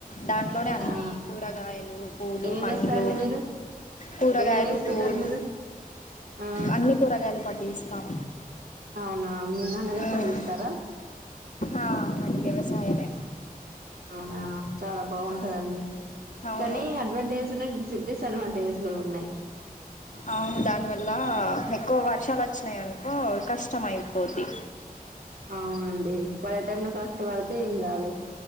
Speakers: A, on the left (about 55°); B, on the right (about 75°).
A: దాంట్లోనే అన్ని
B: ఆ
A: కూరగాయలు పూలు,
B: ఏమేమి
A: పండ్లు,
B: వేస్తారండి మీరు
A: కూరగాయలు,
B: ఏమేమి వేసుకుంటారు
A: పూలు
B: మీరు ఆ
A: అన్ని కూరగాయలు పండిస్తాం
B: అవునా మీ నాన్నగారు
A: ఉమ్,
B: పండిస్తారా
A: ఆ అవును అంది వ్యవసాయమే
B: అవునా చాలా బాగుంటదండి
A: ఆ అవును
B: కానీ అడ్వాంటేజ ఉన్నాయ్ డిస్సడ్ టేజెస్ కూడా ఉన్నాయి
A: అవును దానివల్ల ఎక్కువ వర్షాలు వచ్చినాయినుకో కష్టం అయిపోద్ది
B: అవునండి పడే టైంలో కరెక్ట్ పడితే ఏం కాదు